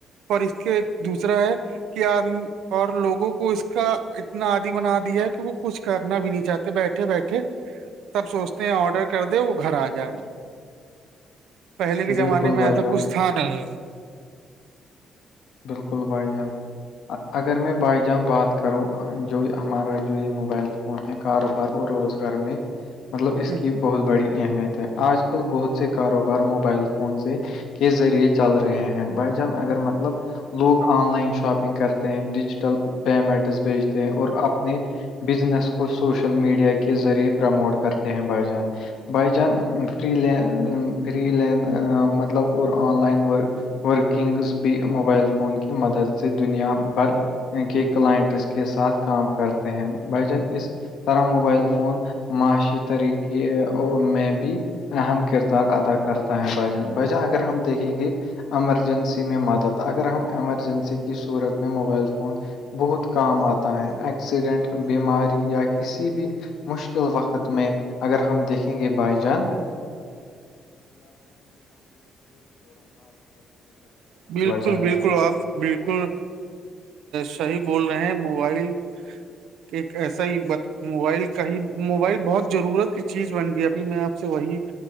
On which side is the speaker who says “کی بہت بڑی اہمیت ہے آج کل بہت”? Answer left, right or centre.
Left